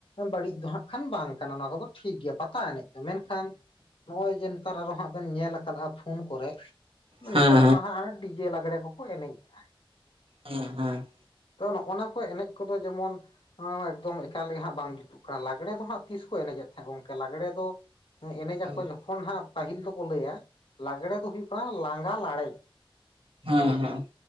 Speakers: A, on the left; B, on the right.
A: ᱵᱟᱹᱲᱤᱡ ᱫᱚ ᱦᱟᱸᱜ ᱠᱷᱟᱱ ᱵᱟᱝ ᱠᱟᱱᱟ ᱱᱚᱣᱟ ᱠᱚᱫᱚ ᱴᱷᱤᱠ ᱜᱮᱭᱟ ᱯᱟᱛᱟ ᱮᱱᱮᱡ ᱫᱚ᱾ ᱢᱮᱱᱠᱷᱟᱱ ᱱᱚᱜᱼᱚᱭ ᱡᱮ ᱛᱟᱨ ᱟᱨᱚ ᱦᱟᱸᱜ ᱵᱮᱱ ᱧᱮᱞ ᱟᱠᱟᱫ-ᱟ ᱯᱷᱳᱱ ᱠᱚᱨᱮᱜ᱾
B: ᱦᱮᱸ
A: ᱱᱮᱛᱟᱨ ᱢᱟ ᱦᱟᱸᱜ ᱰᱤ ᱡᱮ ᱞᱟᱜᱽᱲᱮ ᱠᱚᱠᱚ ᱮᱱᱮᱡᱮᱜᱼᱟ᱾
B: ᱦᱮᱸ ᱦᱮᱸ᱾
A: ᱛᱚ ᱱᱚᱜᱼᱚᱱᱟ ᱠᱚ ᱮᱱᱮᱡ ᱠᱚᱫᱚ ᱡᱮᱢᱚᱱ ᱱᱟᱣᱟᱢᱟ ᱮᱠᱫᱚᱢ ᱮᱠᱟᱞᱜᱮ ᱜᱮ ᱦᱟᱸᱜ ᱵᱟᱝ ᱡᱩᱛᱩᱜ ᱠᱟᱱᱟ᱾ ᱞᱟᱜᱽᱲᱮ ᱫᱚ ᱦᱟᱸᱜ ᱛᱤᱥ ᱠᱚ ᱮᱱᱮᱡᱮᱫ ᱛᱟᱦᱮᱸᱜ ᱜᱚᱝᱠᱮ ᱞᱟᱜᱽᱲᱮ ᱫᱚ ᱮᱱᱮᱡ
B: ᱦᱩᱸ
A: ᱟᱠᱚ ᱡᱚᱠᱷᱚᱱ ᱦᱟᱸᱜ ᱯᱟᱹᱦᱤᱞ ᱫᱚᱠᱚ ᱞᱟᱹᱭᱟ ᱞᱟᱜᱽᱲᱮ ᱫᱚ ᱦᱩᱭᱩᱜ ᱠᱟᱱᱟ ᱞᱟᱸᱜᱟ ᱞᱟᱲᱮᱡ᱾
B: ᱦᱮᱸ ᱦᱮᱸ᱾